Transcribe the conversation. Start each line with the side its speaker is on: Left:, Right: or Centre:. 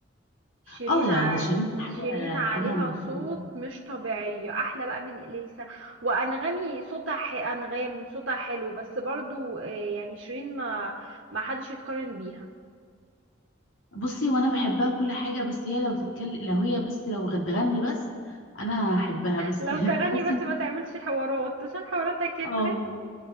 Right: شيرين
Left: اه يعني
Right: ع...
Left: ده شيرين ده حاجة
Right: شيرين عليها
Left: حاجة من
Right: صوت
Left: كل دي
Right: مش طبيعي احلى بقى من اليسا وانغامي صوتها ح... انغام صوتها حلو بس برضو آه، يعني شيرين ما ما حدش يتقارن بيها
Left: بصي وانا بحبها وكل حاجة بس هي لو تتكلم لو هي بس لو بتغني بس انا هحبها بس
Right: لو
Left: <laughs>
Right: تغني
Left: تحس
Right: بس
Left: ان
Right: ما تعملش حوارات عشان حواراتها كترت
Left: اه